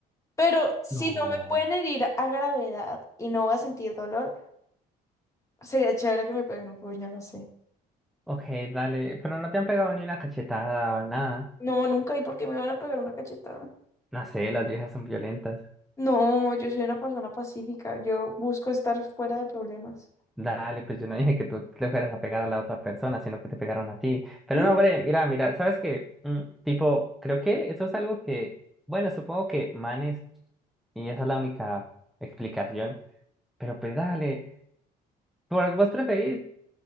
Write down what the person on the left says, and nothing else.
Pero si
no me pueden herir a gravedad y no voy a sentir dolor, sería chévere que me peguen un puño, no sé.
No, nunca. ¿Y por qué me van a pegar una cachetada?
No, yo soy una persona pacífica. Yo busco estar fuera de problemas.
¿Mm?